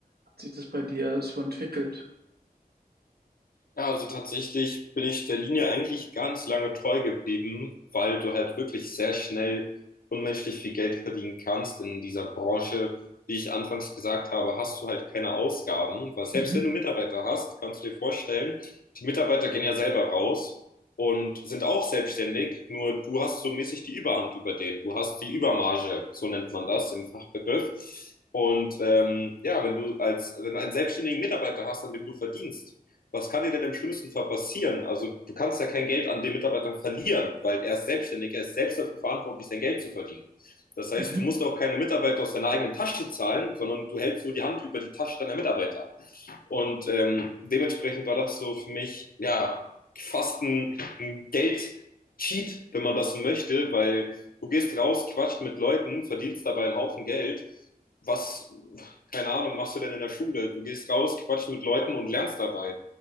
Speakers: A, on the right; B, on the left.
A: hat sich das bei dir so entwickelt?
B: Ja, also tatsächlich bin ich der Linie eigentlich ganz lange treu geblieben, weil du halt wirklich sehr schnell unmenschlich viel Geld verdienen kannst in dieser Branche. Wie ich anfangs gesagt habe, hast du halt keine Ausgaben, weil selbst
A: Mhm.
B: wenn du Mitarbeiter hast, kannst du dir vorstellen, die Mitarbeiter gehen ja selber raus und sind auch selbstständig, nur du hast so mäßig die Überhand über den. Du hast die Übermarge, so nennt man das im Fachbegriff. Und ähm, ja, wenn du als, wenn du einen selbstständigen Mitarbeiter hast, an dem du verdienst, was kann dir denn im schlimmsten Fall passieren? Also du kannst ja kein Geld an den Mitarbeiter verlieren, weil er ist selbstständig, er ist selbst dafür verantwortlich, sein Geld zu verdienen. Das heißt,
A: Mhm.
B: du musst auch keine Mitarbeiter aus deiner eigenen Tasche zahlen, sondern du hältst nur die Hand über die Tasche deiner Mitarbeiter. Und ähm, dementsprechend war das so für mich, ja, fast ein, ein Geld-Cheat, wenn man das so möchte, weil du gehst raus, quatscht mit Leuten, verdienst dabei einen Haufen Geld. Was, keine Ahnung, machst du denn in der Schule? Du gehst raus, quatscht mit Leuten und lernst dabei.